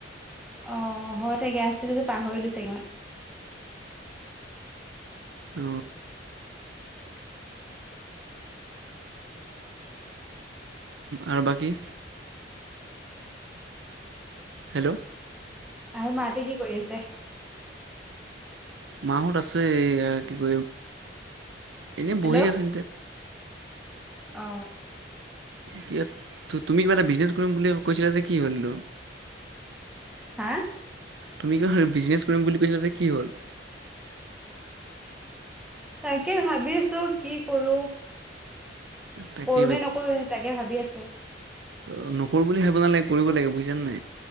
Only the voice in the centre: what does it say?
অ হয় চাগে আছিল যে পাহৰিলো চাগে মই
আৰু মা হতে কি কৰি আছে?
হেল্ল'
অ
হা
তাকে ভাবি আছো কি কৰো
কৰোঁ নে নকৰোঁ সে তাকে ভাবি আছো